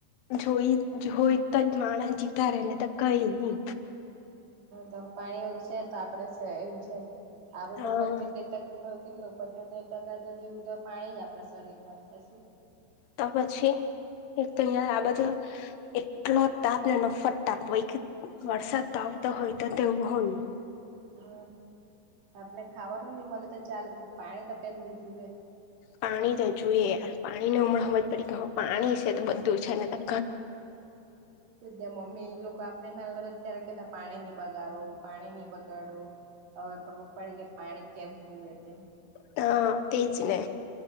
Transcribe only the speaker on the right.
તો પાણી છે તો આપડે એવું છે આપડું
તો પચોતેર ટક હ કેટલું પંચોતેર ટકા તો જેવું તો પાણી જ આપણા શરીરમાં તો પછી.
અ આપને ખાવાનું ની મલે તો ચાલે પાણી તો પેલું જુએ.
હમ તેજ ને મમ્મી લો કો આપણે નાંલા હતા ત્યારે કેતા પાણી ની બગાડો પાણી ની બગાડો અવે ખબર પડી કે પાણી કેમ જુએ તે.